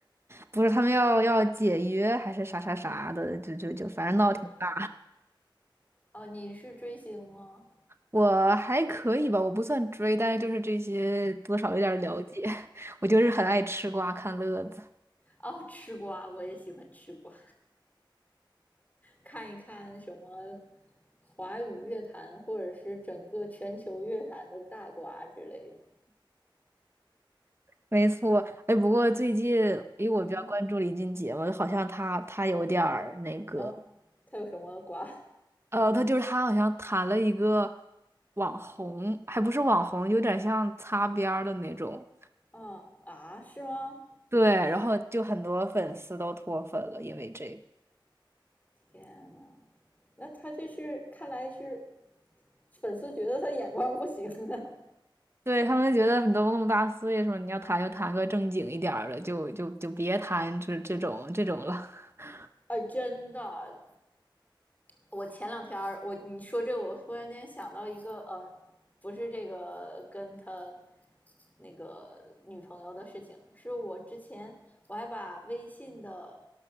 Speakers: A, on the right (about 30°); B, on the left (about 20°).
A: 不是他们要要解约还是啥啥啥的，就就就反正闹挺大。
B: 哦哦，你是追星吗？
A: 我还可以吧，我不算追，但是就是这些多少有点儿了解。
B: 嗯，
A: <laughs> 我就是很爱吃瓜看乐子。
B: 哦，吃瓜我也喜欢吃瓜，看一看什么华语乐坛或者是整个全球乐坛的大瓜之类的。
A: 没错，哎，不过最近因为我比较关注林俊杰嘛，
B: 嗯
A: 好像他他有点儿那个，
B: 啊，他有什么瓜？
A: 呃，他就是他好像谈了一个网红，还不是网红，有点像擦边儿的那种。
B: 啊啊，是吗？
A: 对，然后就很多粉丝都脱粉了，因为这个。
B: 天呐，那他这是看来是粉丝觉得他眼光不行啊！
A: 对，他们觉得你都那么大岁数，你要谈就谈个正经一点儿的，就就就别谈这这种这种了。<laughs>
B: <laughs> 啊，真的，我前两天我你说这，我突然间想到一个呃，不是这个跟他那个女朋友的事情，是我之前我还把微信的